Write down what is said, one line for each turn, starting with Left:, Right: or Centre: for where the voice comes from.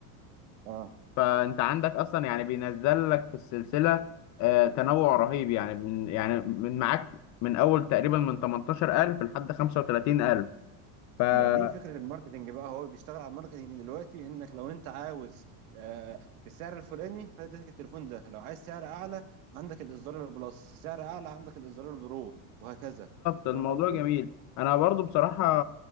Right: اه
Left: فانت عندك اصلا يعني بينزل لك في السلسله آه، تنوع رهيب يعني من يعني من معاك من اول تقريبا من 18000 لحد 35000 فبالظبط
Right: ما دي فكرة الماركتينج بقى هو بيشتغل على الماركتينج دلوقتي انك لو انت عاوز آه، بالسعر الفلاني فادتك التليفون ده لو عايز سعر اعلى عندك الاصدار البلس سعر اعلى عندك الاصدار البرو وهكذا
Left: الموضوع
Right: فاهم قصدي؟
Left: جميل انا برضو بصراحه